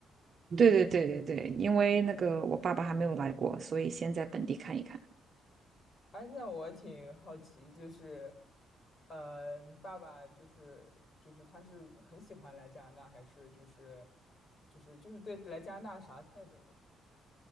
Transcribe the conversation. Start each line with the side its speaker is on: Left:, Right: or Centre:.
Right: 对对对对对，因为那个我爸爸还没有来过，所以先在本地看一看。
Left: 哎，那我挺好奇，就是，呃，你爸爸就是就是他是很喜欢来加拿大，还是就是就是就是对来加拿大啥态度呢？